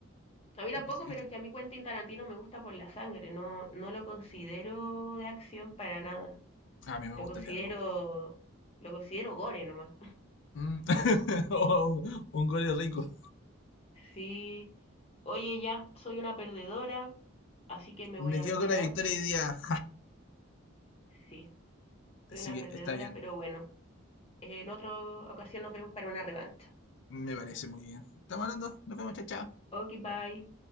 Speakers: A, on the left (about 30°); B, on the left (about 55°).
A: A mí
B: que-
A: tampoco,
B: que-
A: pero es que a mí Quentin Tarantino me gusta por la sangre. No, no lo considero de acción para nada.
B: a mí me
A: Lo
B: gusta
A: considero,
B: el diálogo.
A: lo considero gore nomás.
B: Mm. <laughs> O un,
A: <laughs>
B: un gol rico.
A: Sí. Oye, ya, soy una perdedora, así que me
B: Me
A: voy a
B: quedo
A: retirar.
B: con la victoria hoy día.
A: Sí,
B: Así
A: soy una
B: que
A: perdedora,
B: está bien.
A: pero bueno, en otra ocasión nos vemos para una revancha.
B: Me parece muy bien. Estamos hablando. Nos vemos, chao, chao.
A: Ok, bye.